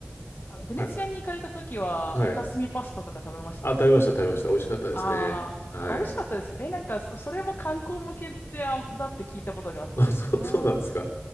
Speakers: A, on the left (about 55°); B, on the left (about 75°).
A: あの、ベネツィアに行かれた時は、
B: はい、はい。
A: イカスミパスタとか食べました
B: あ、食べました、食べました。美味しかったですね。
A: あーあ、
B: はい。
A: 美味しかったですかえ、なんかそ、それも観光向けで、あ、だって聞いたことがあって。
B: <laughs> あ、そう、
A: あー
B: そうなんですか。